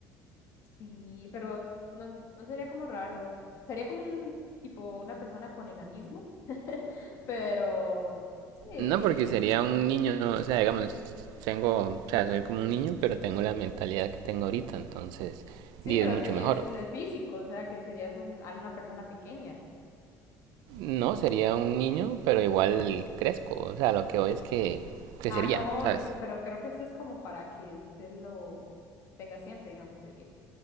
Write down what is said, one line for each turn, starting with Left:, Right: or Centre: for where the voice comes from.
Left: sí, pero no, no sería como raro. Sería como un tipo, una persona con enanismo. Pero sí,
Right: No porque sería un niño, o sea, digamos, tengo, o sea, soy como un niño, pero tengo la mentalidad que tengo ahorita, entonces
Left: sí,
Right: 10
Left: pero
Right: es mucho
Left: tienes
Right: mejor.
Left: el físico, o sea, que serías un, alguna persona pequeña.
Right: No, sería un niño, pero igual crezco, o sea, lo que hoy es que crecería,
Left: Ah, no,
Right: ¿sabes?
Left: pero creo que esto es como para que usted lo tenga siempre, digamos, de que